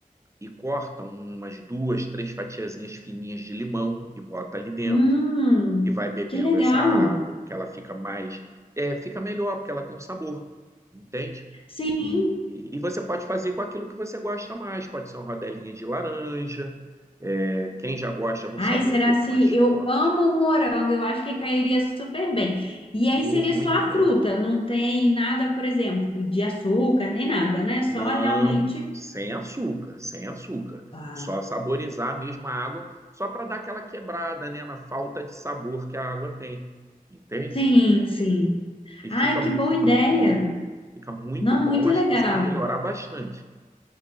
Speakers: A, on the right; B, on the left.
A: e corta umas duas, três fatiazinhas fininhas de limão e bota ali dentro
B: Hum,
A: e vai bebendo
B: que legal.
A: essa água, porque ela fica mais, é, fica melhor, porque ela tem um sabor, entende?
B: Sim.
A: E, e você pode fazer com aquilo que você gosta mais, pode ser uma rodelinha de laranja, é, quem já gosta de um
B: Ai,
A: sabor
B: será
A: um pouco
B: se
A: mais forte.
B: eu amo morango? Eu acho que cairia super bem. E aí
A: Oh,
B: seria
A: muito
B: só a
A: bem.
B: fruta, não tem nada, por exemplo, de açúcar nem nada, né? Só
A: Não,
B: realmente.
A: sem açúcar, sem açúcar.
B: Ah,
A: Só saborizar mesmo a água, só para dar aquela quebrada, né, na falta de sabor que a água tem, entende?
B: Sim, sim.
A: E
B: Ai,
A: fica,
B: que
A: mu-
B: boa
A: fica
B: ideia!
A: muito bom. Fica muito
B: Não,
A: bom,
B: muito legal.
A: acho que você vai melhorar bastante.